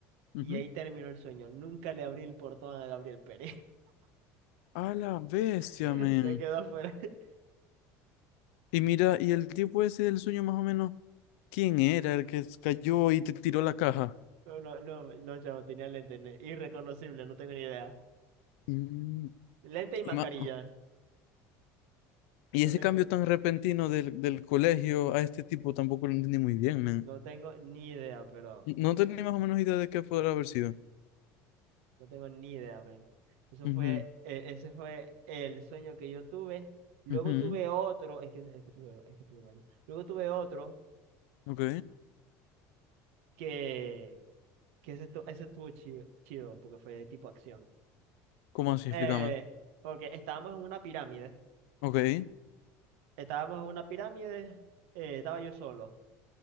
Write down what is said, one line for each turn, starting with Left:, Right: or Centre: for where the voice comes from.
Left: Ujú.
Right: Y ahí terminó el sueño. Nunca le abrí el portón a Gabriel Pérez.
Left: A la bestia,
Right: <laughs>
Left: men.
Right: Se quedó afuera. <laughs>
Left: Y mira, y el tipo ese del sueño, más o menos, ¿quién era el que cayó y te tiró la caja?
Right: No, no, no, no, chamo, tenía lente. ne- Irreconocible, no tengo ni idea.
Left: Mm,
Right: Lente y mascarilla.
Left: Y más. Y
Right: No
Left: ese
Right: tengo,
Left: cambio
Right: ni-
Left: tan repentino del, del colegio a este tipo tampoco lo entendí muy bien, man.
Right: no tengo ni idea, pero
Left: No tenía más o menos idea de qué podrá haber sido.
Right: no tengo ni idea, man. Eso
Left: Ujú,
Right: fue, eh, ese fue el sueño que yo tuve. Luego
Left: ujú,
Right: tuve otro, es que, es que tuve, es que tuve varios. Luego tuve otro
Left: Ok.
Right: que, que ese, estu- ese estuvo chido, chido, porque fue de tipo acción.
Left: ¿Cómo así?
Right: Eh,
Left: Explícame.
Right: porque estábamos en una pirámide.
Left: Ok,
Right: Estábamos en una pirámide, eh, estaba yo solo.